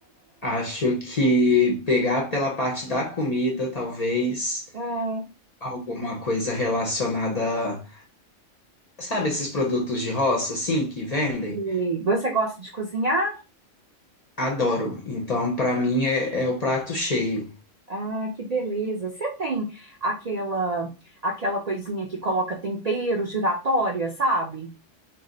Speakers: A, on the left (about 45°); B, on the right (about 55°).
A: acho que pegar pela parte da comida, talvez
B: Ah,
A: alguma coisa relacionada, sabe, esses produtos de roça, assim, que vendem?
B: E Você gosta de cozinhar?
A: Adoro. Então, pra mim, é, é o prato cheio.
B: Ah, que beleza. Você tem aquela aquela coisinha que coloca tempero giratória, sabe?